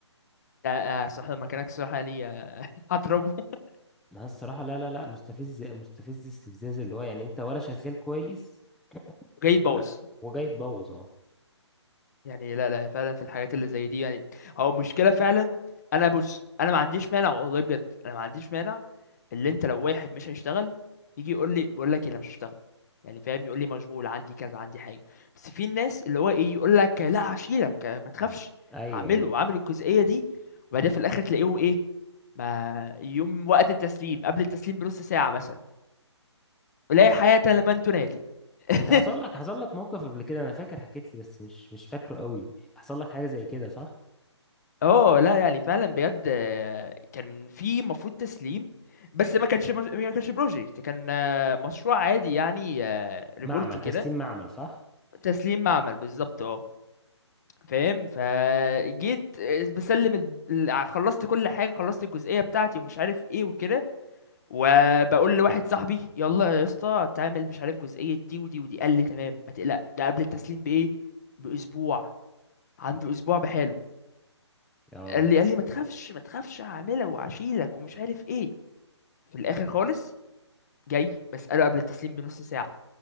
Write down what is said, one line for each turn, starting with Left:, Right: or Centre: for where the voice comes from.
Left: لا، آه، الصراحة لو مكانك الصراحة يعني آه، هضربه <laughs>
Centre: انا الصراحه لا لا لا مستفز مستفز استفزاز اللي هو يعني انت ولا شغال كويس
Left: جاي تبوظ
Centre: ولا وجاي تبوظ اه
Left: يعني لا لا فعلا في الحاجات اللي زي دي يعني هو مشكلة فعلا انا بص انا ما عنديش مانع والله بجد انا ما عنديش مانع اللي انت لو واحد مش هيشتغل يجي يقول لي بقول لك إيه، انا مش هشتغل يعني فاهم يقول لي مشغول عندي كذا عندي حاجة بس في الناس اللي هو ايه يقول لك لا هشيلك ما تخافش
Centre: مم. ايوه
Left: اعمله
Centre: ايوه
Left: اعمل الجزئية دي وبعدين في الاخر تلاقيهم ايه ما يوم وقت التسليم قبل التسليم بنص ساعة مثلا ولا حياة لمن تنادي <laughs>
Centre: انت حصل لك حصل لك موقف قبل كده انا فاكر حكيت لي بس مش مش فاكره قوي حصل لك حاجه زي كده صح
Left: اه لا يعني فعلا بجد آه، كان في مفروض تسليم بس ما كانش مش... ما كانش بروجكت كان آه، مشروع عادي يعني ريبورت
Centre: معمل
Left: كده
Centre: تسليم معمل صح
Left: تسليم معمل بالظبط اه فاهم فجيت آه، بسلم ال... ال- خلصت كل حاجه خلصت الجزئيه بتاعتي ومش عارف ايه وكده وبقول لواحد صاحبي يلا يا اسطى تعمل مش عارف جزئيه دي ودي ودي قال لي تمام ما تقلقش ده قبل التسليم بايه باسبوع عنده اسبوع بحاله
Centre: اه
Left: قال لي قال لي ما تخافش ما تخافش هعملها وهشيلك ومش عارف ايه في الاخر خالص جاي بسأله قبل التسليم بنص ساعة